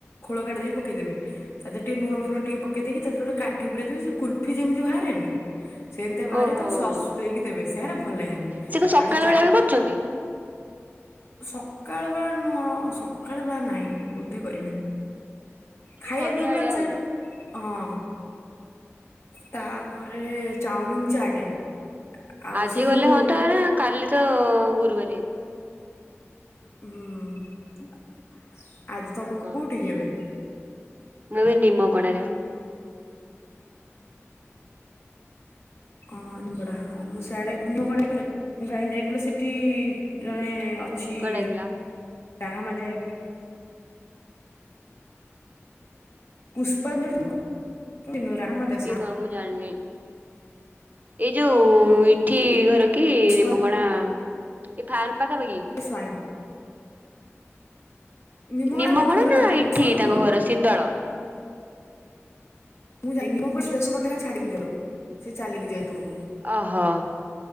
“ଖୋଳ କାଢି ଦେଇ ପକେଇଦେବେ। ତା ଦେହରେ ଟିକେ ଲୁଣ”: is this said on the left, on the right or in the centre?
Left